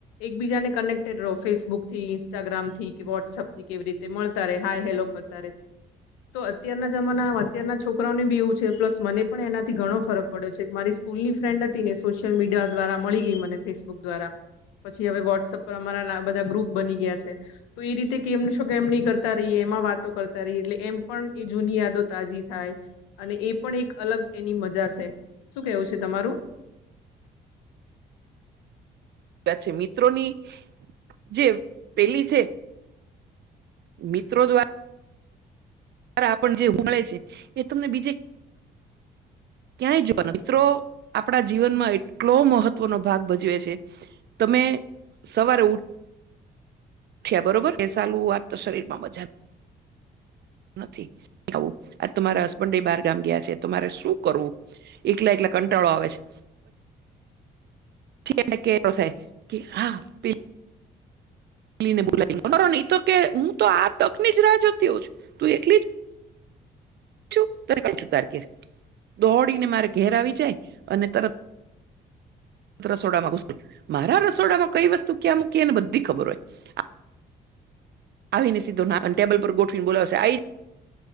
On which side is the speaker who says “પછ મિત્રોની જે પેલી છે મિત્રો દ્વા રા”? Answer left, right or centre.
Right